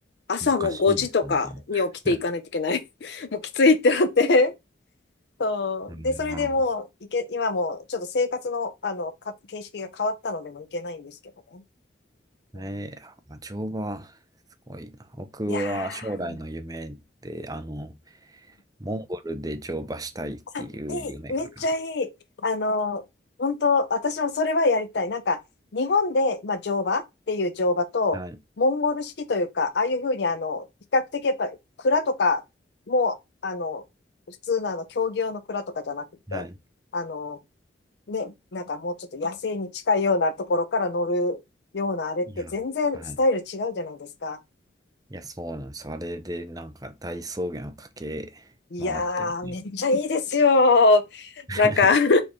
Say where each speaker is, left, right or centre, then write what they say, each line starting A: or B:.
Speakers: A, on the left; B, on the right.
A: 朝も5時とかに起きていかないといけない。
B: 難しいですね。<laughs>
A: <laughs> もうきついってなって。<laughs> そう。
B: うん。
A: で、それでもう、いけ、今もうちょっと生活の、あの、か、形式が変わったのでもういけないんですけどね。
B: えー、
A: うん、
B: あ乗馬、すごいな。僕は将来の夢で、
A: いやー、
B: あの、モンゴルで乗馬したいっていう夢があるんです。
A: いい、めっちゃいい。あの、本当私もそれはやりたい。なんか、日本で、まあ、乗馬っていう乗馬と、
B: はい。
A: モンゴル式というか、ああいうふうに、あの、比較的やっぱ、蔵とかも、あの、普通のあの、競技用の蔵とかじゃなくて、
B: はい。
A: あの、ね、なんかもうちょっと野生に近いようなところから乗るようなあれって全然スタイル違うじゃないですか。
B: いや、はい。いや、そうなんです。あれで、なんか、大草原を駆け回ってみる。
A: いやー、めっちゃいいですよ。
B: <laughs>
A: なんか <laughs> い